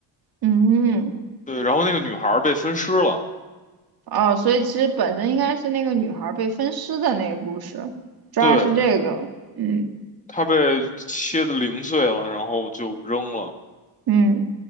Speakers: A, on the right (about 50°); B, on the left (about 15°).
A: 嗯，
B: 对，然后那个女孩儿被分尸了，
A: 哦，所以其实本身应该是那个女孩儿被分尸的那个故事，主要是这个，
B: 对，
A: 嗯
B: 她被切得零碎了，然后就扔了。
A: 嗯，